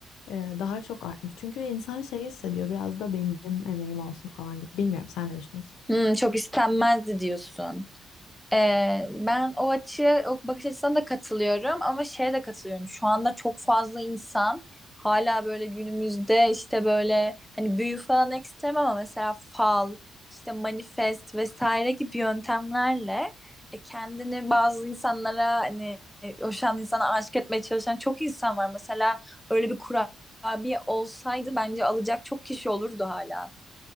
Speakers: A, on the left; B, in the centre.
A: e, Daha çok artmış. Çünkü insan şey hissediyor biraz da benim emeğim olsun falan gibi. Bilmiyorum sen ne düşünüyorsun?
B: Hmm, çok istenmezdi diyorsun. Ee, ben o açı, o bakış açısına da katılıyorum ama şeye de katılıyorum. Şu anda çok fazla insan hala böyle günümüzde işte böyle hani büyü falan ekstrem ama mesela fal, işte manifest vesaire gibi yöntemlerle e, kendini bazı insanlara hani e, hoşan insana aşık etmeye çalışan çok insan var. Mesela öyle bir kurabiye olsaydı bence alacak çok kişi olurdu hala.